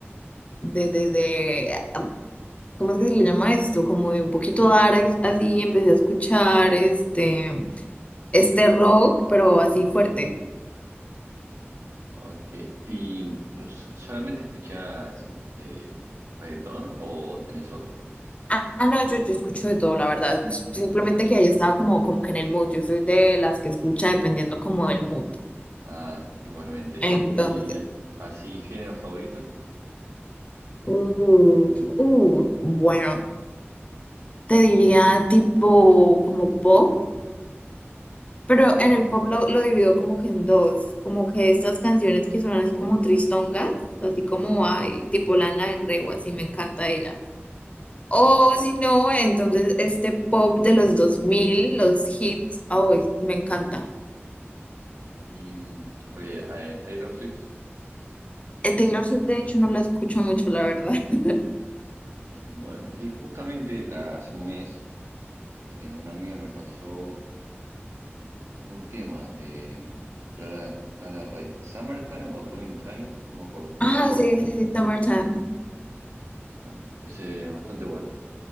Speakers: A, on the left; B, on the right.
A: de, de, de, ah, ¿cómo es que se le llama esto? Como de un poquito dar así, empecé a escuchar este, este rock, pero así fuerte.
B: Ok. ¿Y o sea, solamente escuchás este reggaetón o tenés otro?
A: Ah, ah, no, yo, yo escucho de todo, la verdad. Simplemente que ahí estaba como, como que en el mood. Yo soy de las que escucha dependiendo como del mood. Ok.
B: Ah, igualmente.
A: Entonces,
B: ¿Y así género favorito?
A: Uh, uh, bueno, te diría tipo como pop, pero
B: Bien.
A: en el pop lo, lo divido como que en dos, como que estas canciones que son así como tristongas, así como ay, tipo Lana del Rey o así, me encanta ella. O si no, entonces este pop de los 2000, los hits, ay, me encanta.
B: Y mm, eh, eh, Taylor Swift.
A: Eh, Taylor Swift de hecho no la escucho mucho, la verdad. <laughs>
B: Eh, bueno, y justamente la- hace un mes eh, una amiga me pasó un tema de mm, Lana, Lana Rey. ¿Summertime o Doing Time? No me acuerdo cuál
A: Ah,
B: de los dos.
A: sí, sí, sí, Summertime.
B: Bueno, ese bastante bueno.